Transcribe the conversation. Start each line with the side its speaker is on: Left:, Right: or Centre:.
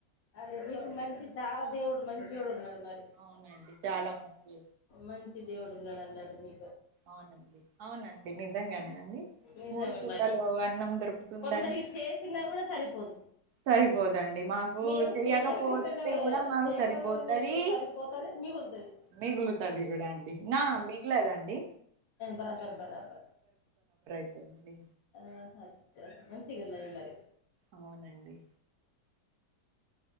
Left: అదే మీకు మంచి చాలా దేవుడు మంచొడు ఉన్నాడు మరి
Right: అవునండి చాలా మంచి
Left: మంచి దేవుడు ఉన్నాడు అన్నట్ మీ
Right: అవునండి అవునండి నిజంగానే అండి
Left: నిజమే
Right: మూడు పూటలు
Left: మరి
Right: అన్నం దొరుకుతుంద
Left: కొందరికి చేసిన కూడా సరిపోదు
Right: సరిపోదండి మా ఓ
Left: మీరు
Right: చెయ్యకపోతే
Left: చెయ్యకుంటేనే
Right: కూడా మాకు
Left: చేయకుండా
Right: సరిపోతది
Left: కూడా మీకు సరిపోతది మిగులుతది
Right: మిగులుతది అది కూడా అండి నా మిగలదండి
Left: బరాబర బరాబర్
Right: అండి
Left: అహ అచ్చ మంచిగున్నది మరి
Right: అవునండి